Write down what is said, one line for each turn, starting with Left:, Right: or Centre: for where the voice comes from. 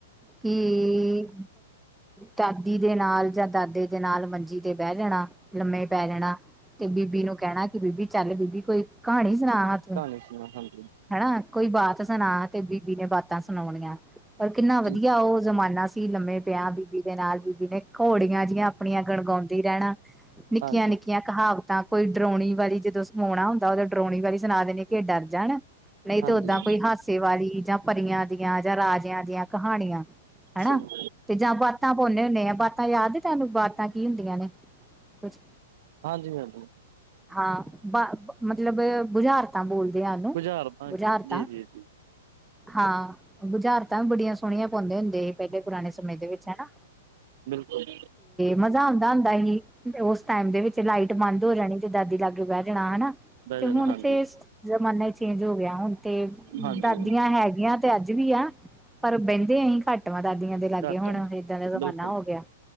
Centre: ਕਿ ਦਾਦੀ ਦੇ ਨਾਲ ਜਾਂ ਦਾਦੇ ਦੇ ਨਾਲ ਮੰਜੀ ਤੇ ਬਹਿ ਜਾਣਾ, ਲੰਮੇ ਪੈ ਜਾਣਾ। ਤੇ ਬੀਬੀ ਨੂੰ ਕਹਿਣਾ ਕਿ ਬੀਬੀ ਚੱਲ ਬੀਬੀ ਕੋਈ ਕਹਾਣੀ ਸੁਣਾ ਹਾ ਤੂੰ।
Right: ਕਹਾਣੀ ਸੁਣਾ ਹਾਂਜੀ
Centre: ਹਨਾ ਕੋਈ ਬਾਤ ਸੁਣਾ ਤੇ ਬੀਬੀ ਨੇ ਬਾਤਾਂ ਸੁਣਾਉਣੀਆਂ। ਪਰ ਕਿੰਨਾ ਵਧੀਆ
Right: ਜੀ
Centre: ਉਹ ਜ਼ਮਾਨਾ ਸੀ, ਲੰਮੇ ਪਿਆ ਵੀ ਬੀਬੀ ਦੇ ਨਾਲ ਬੀਬੀ ਨੇ ਘੋੜੀਆਂ ਜਿਹੀਆਂ ਆਪਣੀਆਂ ਗਣਗਾਉਂਦੀ ਰਹਿਣਾ ਨਿੱਕੀਆਂ ਨਿੱਕੀਆਂ
Right: ਹਾਂਜੀ
Centre: ਨਿੱਕੀਆਂ ਕਹਾਵਤਾਂ ਕੋਈ ਡਰੋਉਣੀ ਵਾਲੀ, ਜਦੋਂ ਸਵੋਉਣਾ ਹੁੰਦਾ ਉਦੋਂ ਡਰੋਉਣੀ ਵਾਲੀ ਸੁਣਾ ਦੇਣੀ, ਕਿ ਏ ਡਰ ਜਾਣ ਨਹੀਂ
Right: ਹਾਂਜੀ
Centre: ਤੇ ਓਦਾਂ ਕੋਈ ਹਾਸੇ ਵਾਲੀ ਜਾਂ ਪਰੀਆਂ ਦੀਆਂ ਜਾਂ ਰਾਜਿਆਂ ਦੀਆਂ ਕਹਾਣੀਆਂ
Right: <unintelligible>
Centre: ਹਨਾ
Right: ਸੁਣੋ
Centre: ਤੇ ਜਾਂ ਬਾਤਾਂ ਪੌਨੇ ਹੁੰਨੇ ਆ ਬਾਤਾਂ ਯਾਦ ਤੇਨੂੰ ਬਾਤਾਂ ਕੀ ਹੁੰਦੀਆਂ ਨੇ, ਕੁਛ?
Right: ਹਾਂਜੀ ਹਾਂਜੀ
Centre: ਹਾਂ ਮਤਲਬ ਬੁਝਾਰਤ ਤਾਂ ਬੋਲਦੇ ਆ ਨੂੰ
Right: ਬੁਝਾਰ ਤਾਂ
Centre: ਬੂਜ਼ਾਰਤਾਂ
Right: ਜੀ ਜੀ ਜੀ
Centre: ਹਾਂ ਗੁਜ਼ਾਰਤਾਂ ਵੀ ਬੜੀਆਂ ਸੋਹਣੀਆਂ ਪਾਉਂਦੇ ਹੁੰਦੇ ਸੀ ਪਹਿਲੇ ਪੁਰਾਣੇ ਸਮੇਂ ਦੇ ਵਿੱਚ ਹੇਨਾ
Right: ਬਿਲਕੁਲੁ
Centre: ਮਜ਼ਾ ਆਉਂਦਾ ਹੁੰਦਾ ਹੀ ਤੇ ਉਸ ਟਾਈਮ ਦੇ ਵਿੱਚ ਲਾਈਟ ਬੰਦ ਹੋ ਜਾਣੀ ਤੇ ਦਾਦੀ ਲਾਗੇ ਬਹਿ ਜਾਣਾ ਹਨਾ
Right: ਬਹਿ
Centre: ਤੇ
Right: ਜਾਣਾ
Centre: ਹੁਣ
Right: ਹਾਂਜੀ
Centre: ਤੇ ਜ਼ਮਾਨਾ ਚੇਂਜ ਹੋ ਗਿਆ ਹੁਣ ਤੇ
Right: ਹਾਂਜੀ
Centre: ਦਾਦੀਆਂ ਹੈਗੀਆਂ ਤੇ ਅੱਜ ਵੀ ਆ। ਪਰ ਬਹਿੰਦੇ ਅਸੀਂ ਘੱਟ ਵਾ ਦਾਦੀਆਂ ਦੇ ਲਾਗੇ
Right: ਘੱਟ
Centre: ਹੁਣ।
Right: ਆ ਬਿਲਕੁਲ
Centre: ਦਾ ਜ਼ਮਾਨਾ ਹੋ ਗਿਆ।